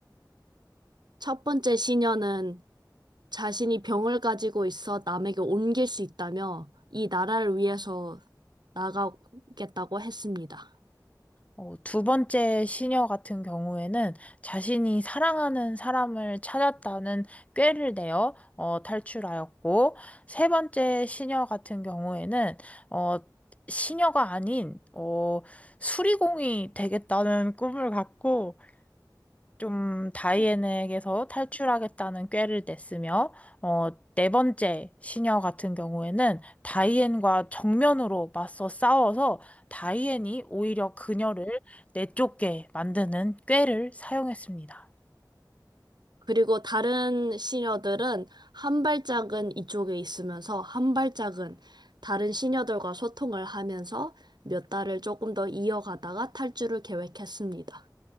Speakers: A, on the right; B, on the left.
A: 첫 번째 시녀는 자신이 병을 가지고 있어 남에게 옮길 수 있다며 이 나라를 위해서 나가겠다고 했습니다.
B: 어, 두 번째 시녀 같은 경우에는 자신이 사랑하는 사람을 찾았다는 꾀를 내어 어, 탈출하였고, 세 번째 시녀 같은 경우에는 어, 시녀가 아닌 어, 수리공이 되겠다는 꿈을 갖고 좀 다이앤에게서 탈출하겠다는 꾀를 냈으며, 어, 네 번째 시녀 같은 경우에는 다이앤과 정면으로 맞서 싸워서 다이앤이 오히려 그녀를 내쫓게 만드는 꾀를 사용했습니다.
A: 그리고 다른 시녀들은 한 발짝은 이쪽에 있으면서 한 발짝은 다른 시녀들과 소통을 하면서 몇 달을 조금 더 이어가다가 탈주를 계획했습니다.